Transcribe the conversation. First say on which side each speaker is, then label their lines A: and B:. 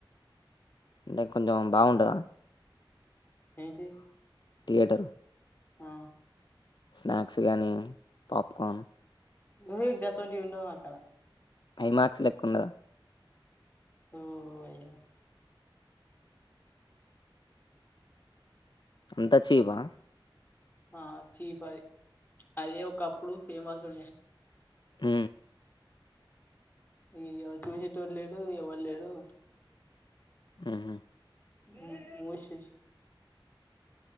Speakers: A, on the left (about 55°); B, on the left (about 20°).
A: అంటే కొంచెం బాగుంటదా
B: ఏంటిది
A: థియేటరు
B: ఆ
A: స్నాక్స్ గానీ పాప్కోన్
B: ఊహె గసొంటివి ఉండవక్కడ
A: హై మార్క్స్ లెక్ ఉండదా
B: ఓ అయ
A: అంతా చీపా
B: ఆ చీపది అది ఒకప్పుడు ఫేమస్ ఉండే
A: ఊ
B: ఇగ చూసేట లేడు ఎవరు లేడు
A: ఉహు
B: మూ మూసేష్